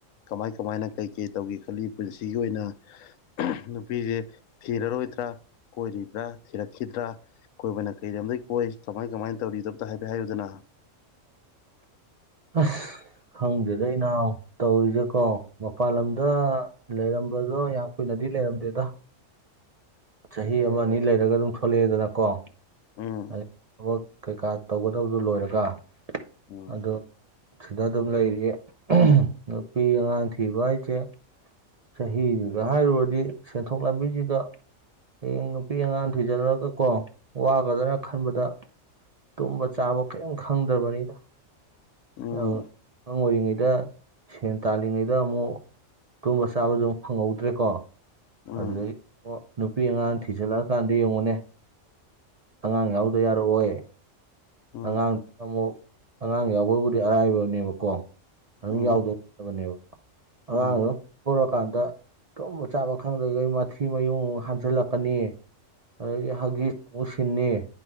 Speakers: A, on the left; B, on the right.
A: ꯀꯃꯥꯏ ꯀꯃꯥꯏꯅ ꯀꯩ ꯀꯩ ꯇꯧꯒꯦ ꯈꯜꯂꯤ ꯄꯨꯟꯁꯤꯒꯤ ꯑꯣꯏꯅ ꯅꯨꯄꯤꯁꯦ ꯊꯤꯔꯔꯣꯏꯗ꯭ꯔꯥ ꯀꯣꯏꯔꯤꯕ꯭ꯔꯥ ꯊꯤꯔꯛꯈꯤꯗ꯭ꯔꯥ ꯀꯣꯏꯕꯅ ꯀꯩꯗ ꯑꯝꯗꯒꯤꯩ ꯀꯣꯏ ꯀꯃꯥꯏ ꯀꯃꯥꯏꯅ ꯇꯧꯔꯤꯣꯝꯇ ꯍꯥꯏꯐꯦ ꯍꯥꯏꯌꯨꯗꯅ
B: ꯑꯁ ꯈꯪꯗꯦꯗ ꯏꯅꯥꯎ ꯇꯧꯔꯤꯁꯦ ꯀꯣ ꯃꯄꯜ ꯂꯝꯗ ꯂꯩꯔꯝꯕꯗꯣ ꯌꯥꯝ ꯀꯨꯏꯅꯗꯤ ꯂꯩꯔꯝꯗꯦꯗ ꯆꯍꯤ ꯑꯃ ꯑꯅꯤ ꯂꯩꯔꯒ ꯑꯗꯨꯝ ꯊꯣꯛꯂꯛꯑꯦꯗꯅ ꯀꯣ
A: ꯎꯝ
B: ꯑꯩ ꯊꯕꯛ ꯀꯩꯀꯥ ꯇꯧꯒꯗꯕꯗꯨ ꯂꯣꯏꯔꯒ
A: ꯎꯝ
B: ꯑꯗꯣ ꯁꯤꯗ ꯑꯗꯨꯝ ꯂꯩꯔꯤ ꯅꯨꯄꯤ ꯑꯉꯥꯡ ꯊꯤꯕ ꯍꯥꯏꯁꯦ ꯆꯍꯤꯁꯤꯒ ꯍꯥꯏꯔꯨꯔꯗꯤ ꯁꯦꯟꯊꯣꯛ ꯂꯝꯕꯤꯁꯤꯒ ꯍꯌꯦꯡ ꯅꯨꯄꯤ ꯑꯉꯥꯡ ꯊꯤꯖꯤꯜꯂꯨꯔꯒꯀꯣ ꯋꯥꯒꯗꯅ ꯈꯟꯕꯗ ꯇꯨꯝꯕ ꯆꯥꯕ ꯀꯔꯤꯝ ꯈꯪꯗ꯭ꯔꯕꯅꯤꯗ
A: ꯎꯝ
B: ꯑꯉꯥꯡ ꯑꯣꯏꯔꯤꯉꯩꯗ ꯁꯦꯟ ꯇꯥꯜꯂꯤꯉꯩꯗ ꯑꯃꯨꯛ ꯇꯨꯝꯕ ꯆꯥꯕꯁꯨꯨ ꯐꯪꯍꯧꯗ꯭ꯔꯦꯀꯣ
A: ꯎꯝ
B: ꯑꯗꯨꯗꯒꯤ ꯅꯨꯄꯤ ꯑꯉꯥꯡ ꯊꯤꯖꯜꯂꯛꯑꯀꯥꯟꯗ ꯌꯦꯡꯉꯨꯅꯦ ꯑꯉꯥꯡ ꯌꯥꯎꯗ ꯌꯥꯔꯛꯑꯣꯣꯏ
A: ꯎꯝ
B: ꯑꯉꯥꯡꯗꯨ ꯑꯃꯨꯛ ꯑꯉꯥꯡ ꯌꯥꯎꯕꯕꯨꯗꯤ ꯑꯔꯥꯏꯕꯅꯦꯕꯀꯣ ꯑꯗꯨꯝ
A: ꯎꯝ
B: ꯌꯥꯎꯗꯧꯕꯅꯦꯕ ꯑꯉꯥꯡ
A: ꯎꯝ ꯎꯝ
B: ꯄꯨꯔꯛꯀꯥꯟꯗ ꯇꯨꯝꯕ ꯆꯥꯕ ꯈꯪꯗ꯭ꯔꯒꯩ ꯃꯊꯤ ꯃꯌꯨꯡ ꯍꯟꯖꯜꯂꯛꯀꯅꯤ ꯑꯗꯨꯗꯒꯤ ꯍꯒꯤ ꯑꯃꯨ ꯁꯤꯟꯅꯤ